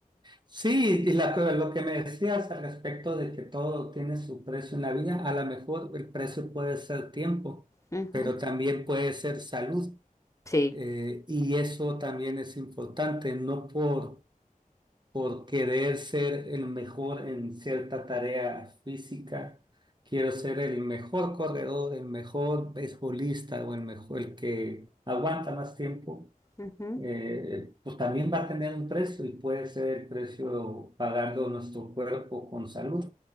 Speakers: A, on the right (about 30°); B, on the left (about 20°).
A: Sí, y la co- lo que me decías al respecto de que todo tiene su precio en la vida, a lo mejor el precio puede ser tiempo,
B: Ujú,
A: pero también puede ser salud.
B: Sí.
A: eh, y eso también es importante, no por, por querer ser el mejor en cierta tarea física, quiero ser el mejor corredor, el mejor beisbolista o el mejor, el que aguanta más tiempo
B: Ujú.
A: eh, pues también va a tener un precio y puede ser el precio pagando nuestro cuerpo con salud.